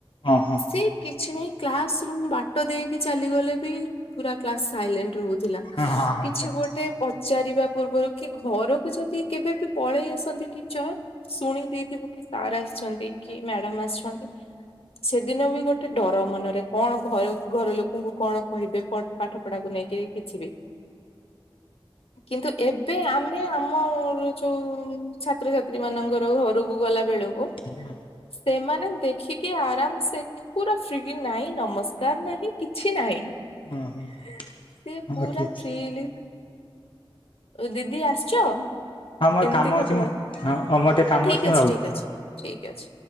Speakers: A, on the left; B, on the left.
A: ହଁ ହଁ
B: ସେ କିଛି ନାହିଁ କ୍ଲାସ ରୁମ ବାଟ ଦେଇକି ଚାଲିଗଲେ ବି ପୁରା କ୍ଲାସ ସାଇଲେଣ୍ଟ ରହୁ ଥିଲା
A: ହଁ ହଁ ହଁ ହଁ
B: କିଛି
A: ହଁ
B: ଗୋଟେ ପଚାରିବା ପୂର୍ବରୁ କି ଘରକୁ ଯଦି କେବେ ବି ପଳେଇ ଆସନ୍ତି ଟିଚର ଶୁଣି ଦେଇଥିବ କି ସାରା ଆସି ଛନ୍ତି କି ମ୍ୟାଡାମ ଆସିଛନ୍ତି ସେଦିନ ବି ଗୋଟେ ଟେ ଡର ମନରେ କଣ ଭୟ ଘର ଲୋକଙ୍କୁ କଣ କହିବେ ପାଠ ପଢାକୁ ନେଇକି କିଛିିବି କିନ୍ତୁ ଏବେ ଆମେ ଆମ ଯୋଉ ଛାତ୍ରଛାତ୍ରୀ ମାନଙ୍କର ଘରକୁ ଗଲା ବେଳକୁ
A: ହଁଁ
B: ସେମାନେ ଦେଖିକି ଆରାମସେ ପୁରା ଫ୍ରି ନାହିଁ ନମସ୍କାର କାର ନାହିଁ କିଛି ନାହିଁ ସେ
A: ହଁ ହଁ ହଁ
B: ପୁରା
A: ହଁ ଠିକ ଅଛି।
B: ଫ୍ରୀଲି ଦିଦି ଆସିଛ
A: ହଁ ମୋର
B: ଏମିତିକା
A: କାମ ଅଛି
B: ପୁରା
A: ମୁଁ ହଁ ମୋର ଟିକେ
B: ହଁ
A: କାମ
B: ଠିକ
A: ମୁଁ
B: ଅଛି
A: ରହୁଛି।
B: ଠିକ ଅଛି। ଠିକ ଅଛି।